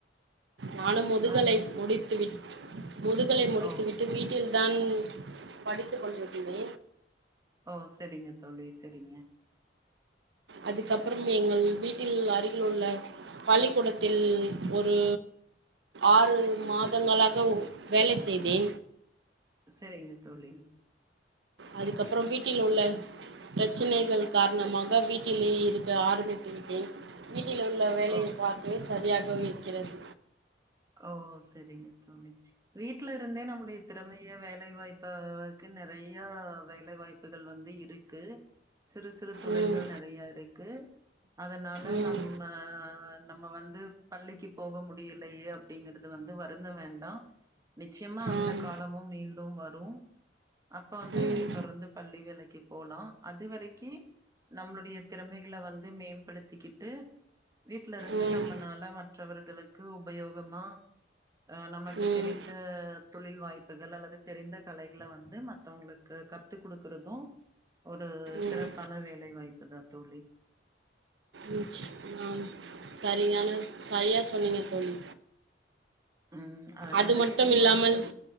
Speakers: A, on the right (about 80°); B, on the right (about 20°).
A: நானு முதுகலை
B: அன்
A: முடித்துவிட் முதுகலை முடித்துவிட்டு
B: ஓ
A: வீட்டில் தா படித்து கொண்டிருத்தே
B: ஓ செரிங்க தோழி செரிங்க
A: அதுக்கு அப்பறம் எங்கள் வீட்டில் அருகில் உள்ள பள்ளிக்கூடத்தில் ஒரு ஆறு மாதங்களாக ஒரு வேலை செய்தே
B: செரிங்க தோழி
A: அதுக்கு அப்பறம் வீட்டில் உள்ள பிரச்சனைகள் காரணமாக வீட்டிலேயே இருக்க ஆரம்மித்துவிட்டேன் வீட்டில் உள்ள வேலையை
B: ஓ
A: பார்ப்பது ச சரியாகவே இருக்கிறது
B: ஓ செரிங்க தோழி வீட்ல இருந்தே நம்முடைய திறமைகள லை வாய்ப்பாருக்குன் நெறை யா வேலை வாய்ப்புகள் வந்து இருக்கு சிறு சிறு தொழில்கள்
A: ம்
B: நெறையா இருக்கு அதனால
A: ம்
B: நம்ம நம்ம வந்து பள்ளிக்கு போக முடியலையோ இது வந்து வருந்த வேண்டா நிச்சயமா அந்த
A: ஆம்
B: காலமும் மீண்டும் வரு அப்ப வந்து
A: ம்
B: நீங்க தொடர்ந்து பள்ளி வேலைக்கு போலா அது வரைக் கி நம்மளுடைய திறமைகள வந்து மேம்படுத்திக்கிட்டு வீட்ல இருந்து
A: ம்
B: நம்மனால வந் மற்றவர்களுக்கு உபயோக் ப்றமா ஆஹ் நமக்கு
A: ம்
B: தெரிந்து தொழில் வாய்ப்புகள் அல்லது தெரிந்த கலைகளை வந்து மத்தவங்களுக்கு கத்து குடுக்குறது ஒரு
A: ம்
B: சிறப்பான வேலை வாய்ப்பு தா தோழி
A: ம் ஆம் சரியான சரியா சொ சொல்லுங்க தோழி
B: உம் அதனால
A: அது மட்டும்
B: எதுவு
A: இல்லாமல்
B: வருத்தம்